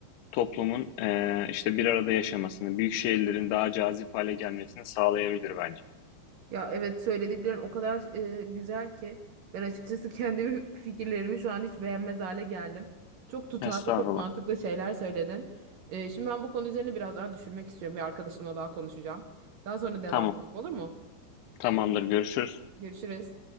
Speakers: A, on the left; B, on the right.
A: toplumun e, işte bir arada yaşamasını, büyük şehirlerin daha cazip hale gelmesini sağlayabilir bence.
B: Ya evet söylediklerin o kadar e, güzel ki ben açıkçası kendi <laughs> fikirlerimi şu an hiç beğenmez hale geldim. Çok tutarlı,
A: Estağfurullah.
B: çok mantıklı şeyler söyledin. E, şimdi ben bu konu üzerine biraz daha düşünmek istiyorum. Bir arkadaşımla daha konuşacağım. Daha sonra devam
A: Tamam.
B: edelim olur mu?
A: Tamamdır. Görüşürüz.
B: Görüşürüz.